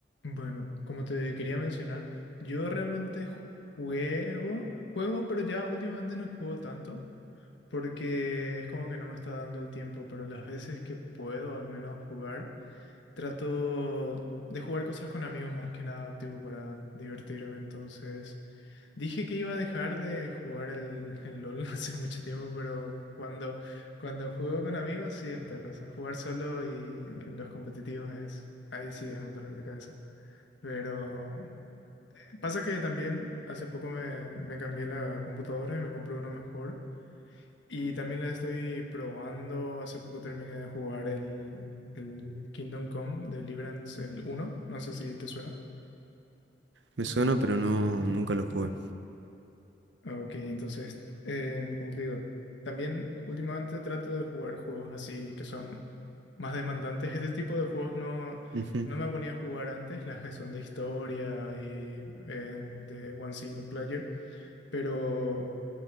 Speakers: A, on the left; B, on the right.
A: Bueno, como te quería mencionar, yo realmente juego, juego, pero ya últimamente no juego tanto porque es como que no me está dando el tiempo, pero las veces que puedo al menos jugar, trato de jugar cosas con amigos más que nada, tipo para divertirme. Entonces, dije que iba a dejar de jugar el, el LOL <laughs> hace mucho tiempo, pero cuando, cuando juego con amigos sí es otra cosa. Jugar solo y los competitivos es, ahí sí es un dolor de cabeza. Pero pasa que también hace poco me, me cambié la computadora y me compré uno mejor. Y también le estoy probando. Hace poco terminé de jugar el, el Kingdom Come Deliverance, el uno No sé si te suena.
B: Me suena, pero no, nunca lo jugué.
A: Ok, entonces, eh, como te digo, también últimamente trato de jugar juegos así que son más demandantes. Este tipo de juegos no,
B: Ujú.
A: no me ponía a jugar antes, las que son de historia y eh, de one single player. Pero